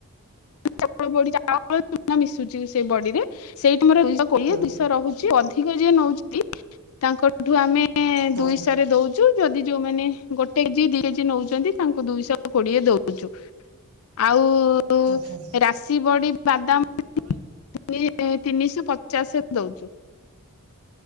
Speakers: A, on the left; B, on the right.
A: ଚାଉଳ ବଡ଼ି ମିଶୁଛି ସେ ବଡିରେ ସେଇଠି ମୋର ଦୁଇଶହ କୋଡିଏ
B: ହୁଁ
A: ଦୁଇଶହ ରହୁଛି ଅଧିକ ଅଥିକ ଯିଏ ନଉଛିନ୍ତି ତାଙ୍କଠୁ ଆମେ
B: ହୁଁ
A: ଦୁଇସରେ ଦୋଉ ଯଦି ଯୋଉମାନେ ଗୋଟେଜି ଦି କେଜି ନଉଛନ୍ତି ତାଙ୍କୁ ଦୁଇଶହ କୋଡିଏ ଦଉଛୁ। ଆଉ
B: ହୁଁ ହୁଁ
A: ରାଶି ବଡି ବାଦାମ ବଡ଼ି ତିନିଶ ପଚାଶରେ ଦଉଛୁ।